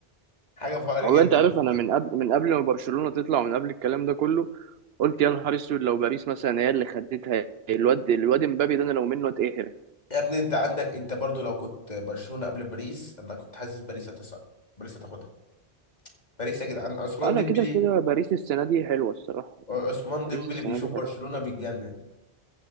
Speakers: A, on the left (about 40°); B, on the right (about 70°).
A: حاجه فقر
B: والله
A: جدا
B: انت عارف انا من قبل من قبل ما برشلونة تطلع ومن قبل الكلام ده كله قلت يا نهار اسود لو باريس مثلا هي اللي خدتها الواد الواد امبابي ده انا لو منه اتقهر
A: يا ابني انت عندك انت برضو لو كنت برشلونه قبل باريس انا كنت حاسس باريس هتصعد باريس هتاخدها باريس يا جدعان عثمان
B: انا
A: ديمبلي
B: كده كده باريس السنة دي حلوة الصراحة
A: عثمان
B: باريس
A: ديمبلي
B: السنة
A: بيشوف
B: دي
A: برشلونه
B: حلوة
A: بيتجنن